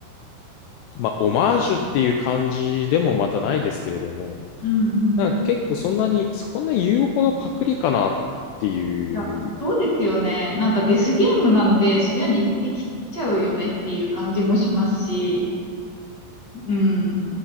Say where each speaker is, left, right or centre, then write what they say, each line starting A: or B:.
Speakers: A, on the left; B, on the left.
A: う。まあ、オマージュっていう感じでもまたないですけれども、
B: うんうん
A: なんか結構そんなに、そんな言うほどパクリかなっていう、
B: いや、そうですよね。なんかデスゲームなので、そりゃ似てきちゃうよねっていう感じもしますし、うん。